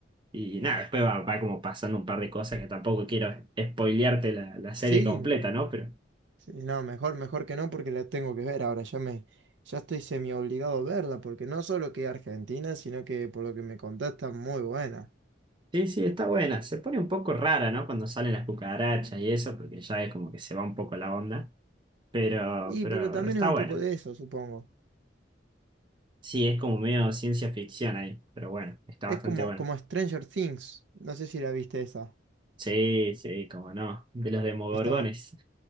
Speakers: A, on the right (about 25°); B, on the right (about 75°).
A: Y nada, después va, va como pasando un par de cosas que tampoco quiero spoilearte la, la serie
B: Sí,
A: completa, ¿no? Pero.
B: sí, no, mejor, mejor que no porque la tengo que ver ahora, ya me, ya estoy semi obligado a verla, porque no solo que Argentina, sino que por lo que me contás está muy buena.
A: Sí, sí, está buena. Se pone un poco rara, ¿no? Cuando salen las cucarachas y eso, porque ya es como que se va un poco la onda. Pero,
B: Y
A: pero
B: pero también
A: está
B: es un
A: buena.
B: poco de eso, supongo.
A: Sí, es como medio ciencia ficción ahí. Pero bueno, está
B: Es
A: bastante
B: como,
A: buena.
B: como Stranger Things, no sé si la viste esa.
A: Sí, sí, como no. De los demogorgones.
B: Está mu-